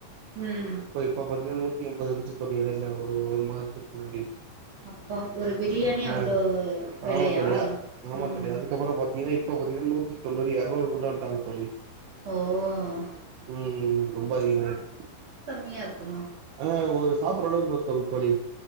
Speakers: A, on the right; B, on the right.
A: ம்
B: இப்ப இப்ப பாத்தீங்கன்னா நூத்தி எண்பது இருச்சு தோழி இடைல்ல ஒரு ஒரு மாசத்துக்கு முன்னாடி
A: அப்பா ஒரு பிரியாணி
B: ஆ
A: அவ்ளோ வெலையா
B: ஆமா தோழியா ஆமா
A: ம்
B: தோழியா அதுக்கப்பறோ பாத்தீங்கன்னா இப்ப பாத்தீங்கன்னா நூத்தி தொண்ணூறு எரநூறு கொண்டு வந்துட்டாங்க தோழி
A: ஓ
B: ம் ம் ம் ரொம்ப அதிகமாச்
A: நியா இருக்குமா
B: ஆ ஒரு சாப்பற அளவுக்கு தோல் தோழி